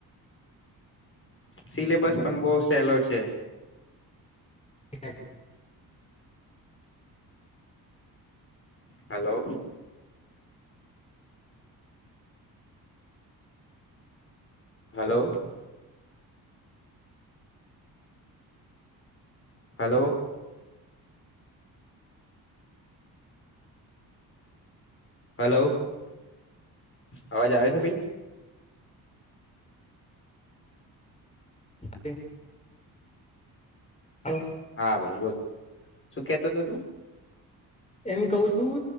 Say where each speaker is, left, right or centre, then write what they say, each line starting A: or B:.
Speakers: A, on the left (about 35°); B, on the left (about 15°).
A: સિલેબસ પણ બહુ સહેલો છે. છે.
B: <unintelligible>
A: હલો. હલો. હલો. હલો, અવાજ આવે છે ભાઈ.
B: <unintelligible> <unintelligible>
A: હા, ભાઈ, બોલ, શું કેતો હતો તું?
B: એમ કહું છું